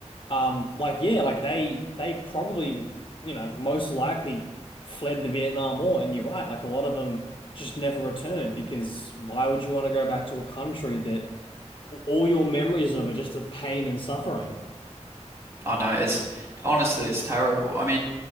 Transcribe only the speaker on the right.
I know it's honestly it's terrible. I mean,